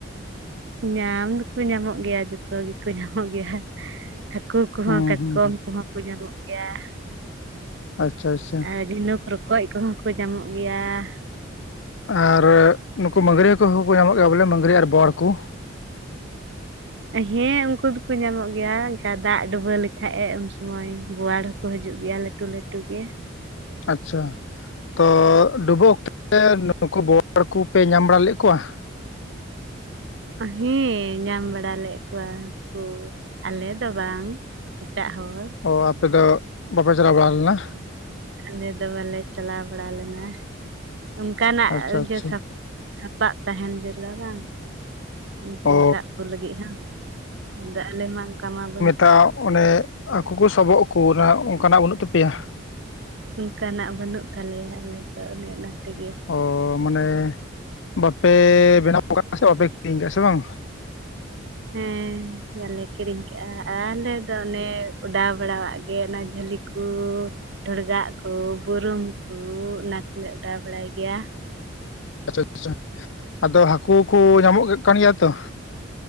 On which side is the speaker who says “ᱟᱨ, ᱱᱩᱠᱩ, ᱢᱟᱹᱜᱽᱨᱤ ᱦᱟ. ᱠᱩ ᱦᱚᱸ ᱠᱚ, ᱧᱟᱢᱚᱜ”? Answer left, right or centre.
Left